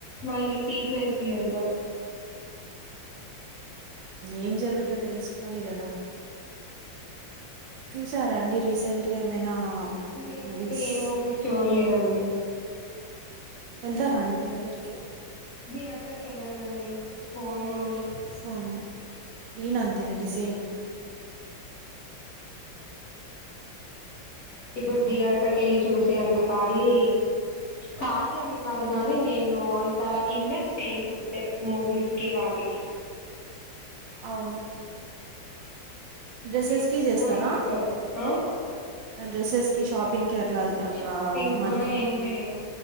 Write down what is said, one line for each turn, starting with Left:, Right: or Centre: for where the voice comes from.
Left: మళ్ళీ సీక్వెన్స్ ఏంటో?
Right: ఏం జరుగుతది? తెలుసుకోవాలి కదా చూసారా అండి రీసెంట్గా ఏమైనా
Left: రీసెంట్
Right: మూవీస్.
Left: గా ఏం మూవీస్ చూడలేదండి
Right: వెళ్తారండి థియేటర్ కి.
Left: థియేటర్కి వెళ్ళానండి, ఫోన్ లోనే.
Right: ఫోనే, నేను అంతే అండి సేమ్.
Left: ఇప్పుడు థియేటర్ క వెళ్ళి చూసే అంత ఖాళీ ఖాళీ అని కాదు గాని నేను అంత ఇన్వెస్ట్ చేయను. అంటే ఈసీ మూవీస్ కి వాటికి
Right: అవును డ్రెస్సెస్కి
Left: ఎందుకు
Right: చేస్తారా
Left: అనిపిస్తాది. ఆ
Right: డ్రెస్సెస్కి షాపింగ్కి అట్లా అట్లా
Left: షాపింగ్
Right: మనీ
Left: కూడా ఏం చేయను